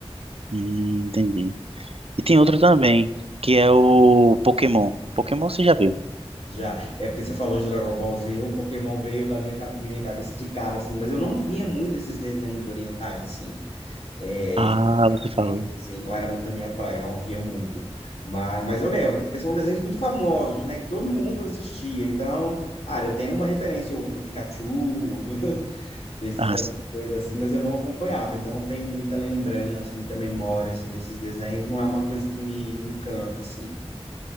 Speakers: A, on the right; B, on the left.
A: Hum, entendi. E tem outra também, que é o Pokémon. Pokémon você já viu?
B: Já. É porque você falou de Dragon Ball Z, o Pokémon veio na minha, ca- minha cabeça de cara, assim, mas eu não via muito esses desenhos orientais, assim. é,
A: Ah,
B: japonesa,
A: você falou.
B: assim, não era muito a minha praia, eu não via muito. Mas, mas eu lembro, porque são desenhos muito famosos, né? Que todo mundo assistia. Então, ah, eu tenho uma referência ou outra do Pikachu, do- <laughs> desses
A: Ah,
B: da-
A: sim.
B: coisas assim, mas eu não acompanhava, então não tenho muita lembrança, muita memória, assim, desses desenhos. Não é uma coisa que me, me encanta, assim.